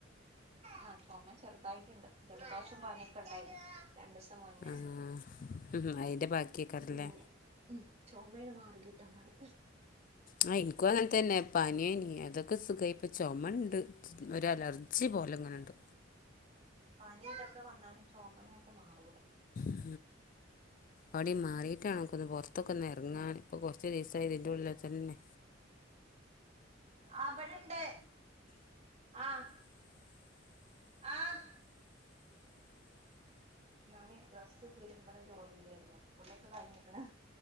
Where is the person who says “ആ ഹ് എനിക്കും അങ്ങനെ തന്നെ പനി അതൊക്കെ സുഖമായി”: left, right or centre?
Left